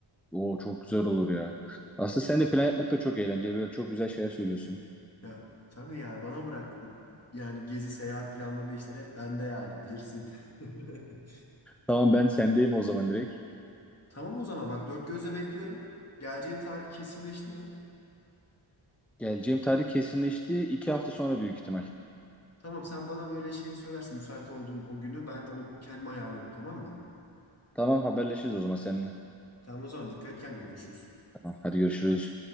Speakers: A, in the centre; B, on the left.
A: Oo çok güzel olur ya. Aslında sen de plan yapmak da çok eğlenceli. Böyle çok güzel şeyler söylüyorsun.
B: Ya tabii ya bana bırak bu yani gezi seyahat planlama işleri hep bende yani bilirsin. <laughs> <laughs>
A: Tamam ben sendeyim o zaman direkt.
B: Tamam o zaman bak dört gözle bekliyorum. Geleceğin tarih kesinleşti mi?
A: Geleceğim tarih kesinleşti. İki hafta sonra büyük ihtimal.
B: Tamam sen bana böyle şeyi söylersin müsait olduğun o günü ben de o, kendimi ayarlarım tamam mı?
A: Tamam haberleşiriz o zaman seninle.
B: Tamam o zaman dikkat et kendine görüşürüz.
A: Tamam, hadi görüşürüz.